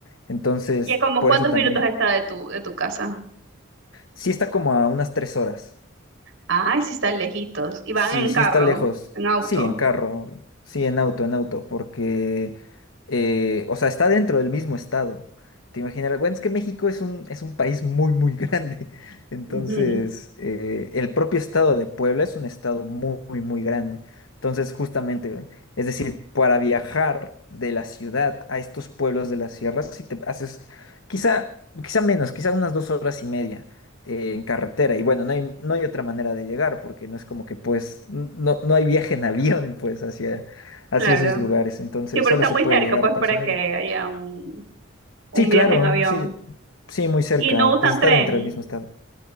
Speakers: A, on the left; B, on the right.
A: Entonces,
B: ¿Y a como
A: por
B: cuántos
A: eso también,
B: minutos
A: eh,
B: está de tu, de tu casa?
A: sí está como a unas tres horas.
B: Ay, sí están lejitos. Y van
A: Sí,
B: en
A: sí
B: carro,
A: está lejos.
B: en auto.
A: Sí, en carro, obvio. Sí, en auto, en auto, porque, eh, o sea, está dentro del mismo estado. Te imaginarás, bueno, es que México es un, es un país muy, muy grande. <laughs> Entonces,
B: Ujú,
A: eh, el propio estado de Puebla es un estado muy, muy, muy grande. Entonces, justamente, es decir, para viajar de la ciudad a estos pueblos de las sierras, si te haces quizá, quizá menos, quizá unas dos horas y media eh, en carretera. Y bueno, no hay, no hay otra manera de llegar, porque no es como que pues, n- no, no hay viaje en avión, pues, hacia, hacia
B: Claro.
A: esos lugares. Entonces,
B: Sí, pero
A: solo
B: está
A: se
B: muy
A: puede
B: cerca,
A: llegar
B: pues,
A: por
B: para
A: ese medio.
B: que haya un, un
A: Sí,
B: viaje
A: claro,
B: en avión.
A: sí, sí, muy cerca.
B: Y no usan
A: Pues está
B: tren,
A: dentro del mismo estado.